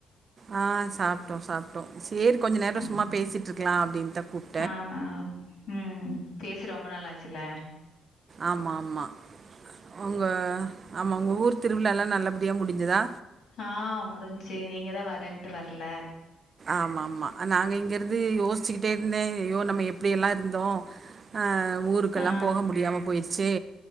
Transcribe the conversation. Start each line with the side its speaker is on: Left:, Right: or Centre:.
Right: ஆ சாப் டோ சாப்ட்டோ சேரி கொஞ்ச நேரோ
Left: ஆ
Right: சும்மா பேசிட்ருக்கலா அப்டின்தா கூப்
Left: ஆ ஆ ம் பேசி ரொம்ப நாள் ஆச்சுல்ல
Right: ஆமா ஆமா உங்க ஆமா உங்க ஊர் திருவிழாலா நல்லபடியா முடிஞ்சுதா
Left: ஆ முடுஞ்சு நீங்கதா வரேன்ட்டு வர்ல
Right: ஆமா ஆமா நாங்க இங்க இருந்து யோசிச்சுகிட்டே இருந்தே ஐயோ நம்ம எப்டி எல்லா இருந்தோ ஆ ஊருக்கெல்லா
Left: ஆ.
Right: போக முடியாம போயிர்ச்சே